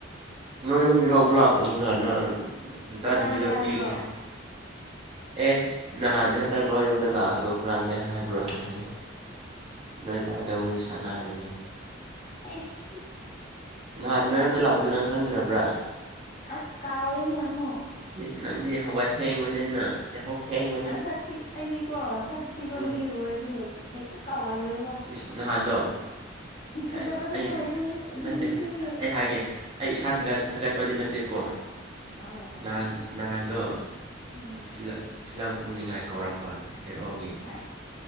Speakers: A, on the right (about 30°); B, on the left (about 45°).
A: ꯅꯣꯏ ꯌꯨꯝꯗꯒꯤ ꯂꯧꯕ ꯂꯥꯛꯀꯅꯤꯅ ꯅꯪ ꯑꯟ ꯅꯆꯥꯅꯨꯄꯤꯗꯣ
B: ꯍꯨꯔꯥꯟꯒꯦ ꯍꯥꯏꯕ꯭ꯔꯣ
A: ꯄꯤꯒꯦ ꯍꯥꯏ ꯑꯦ ꯅꯍꯥꯟꯅꯦ ꯍꯟꯇꯛ ꯅꯣꯏ ꯌꯨꯝꯗ ꯂꯥꯛꯑꯒ ꯍꯨꯔꯥꯟꯒꯦ ꯍꯥꯏꯕ꯭ꯔꯣ ꯍꯥꯏꯌꯦ ꯅꯣꯏꯕꯥꯒ ꯋꯥꯔꯤ ꯁꯥꯟꯅꯔꯅꯤ
B: ꯑꯩꯁ
A: ꯅꯍꯥꯟ ꯅꯣꯏꯔꯣꯝꯗ ꯂꯥꯛꯄꯗꯣ ꯅꯪ ꯈꯪꯗ꯭ꯔꯕ꯭ꯔꯥ
B: ꯑꯁ ꯀꯥꯎꯔꯦꯅꯦ ꯑꯃꯨꯛ
A: ꯏꯁ ꯅꯪꯗꯤ ꯍꯧꯒꯠ ꯊꯦꯡꯕꯅꯤꯅ ꯌꯥꯍꯧ ꯊꯦꯡ
B: ꯅꯁꯛꯊꯤ ꯑꯩꯗꯤꯀꯣ ꯁꯛ ꯊꯤꯕ
A: ꯎꯝ
B: ꯃꯤ ꯎꯔꯗꯤ ꯍꯦꯛꯇ ꯍꯦꯛꯇ ꯀꯥꯎꯒꯜꯂꯦꯕ
A: ꯏꯁ ꯅꯍꯥꯟꯗꯣ
B: ꯐꯖꯕ
A: ꯑꯩ ꯑꯩ
B: ꯃꯤ ꯑꯣꯏꯗꯤ ꯍꯦꯛ ꯑꯗꯨꯝ
A: ꯅꯠꯇꯦ
B: ꯅꯤꯡꯁꯤꯡꯉꯦ
A: ꯑꯩ ꯍꯥꯏꯒꯦ ꯑꯩ ꯏꯁꯥ ꯊꯒꯠ ꯊꯥꯒꯠꯄꯗꯤ ꯅꯠꯇꯦꯀꯣ
B: ꯑꯍꯣꯏ ꯍꯣꯏ
A: ꯅꯍꯥꯟ ꯅꯍꯥꯟꯗꯣ
B: ꯎꯝ
A: ꯐꯤꯂꯝ ꯐꯤꯂꯝ ꯀꯨꯝꯅꯤꯡꯉꯥꯏ ꯀꯧꯔꯛꯄ ꯍꯦꯔꯣꯒꯤ
B: <unintelligible>